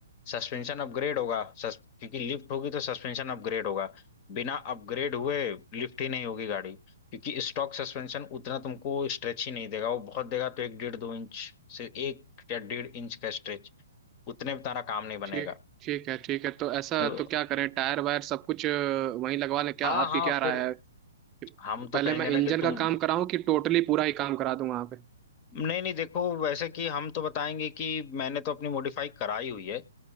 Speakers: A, on the left; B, on the right.
A: सस्पेंशन अपग्रेड होगा सस, क्योंकि लिफ्ट होगी तो सस्पेंशन अपग्रेड होगा बिना अपग्रेड हुए लिफ्ट ही नहीं होगी गाड़ी क्योंकि स्टॉक सस्पेंशन उतना तुमको स्ट्रेच ही नहीं देगा वो बहुत देगा तो एक डेढ़ दो इंच से एक या डेढ़ इंच का स्ट्रेच उतने में तारा काम नहीं बनेगा
B: ठीक ठीक है ठीक है तो ऐसा
A: तो
B: तो क्या करें टायर वायर सब कुछ अ, वहीं लगवा लें क्या
A: हाँ
B: आपकी
A: हाँ
B: क्या
A: फिर
B: राय है कि
A: हम तो
B: पहले
A: कहेंगे
B: मैं
A: ना
B: इंजन
A: कि तुम
B: का काम कराऊं कि टोटली पूरा ही काम करा दूं वहां पे
A: नहीं नहीं देखो वैसे कि हम तो बताएंगे कि मैंने तो अपनी मॉडिफाई कराई हुई है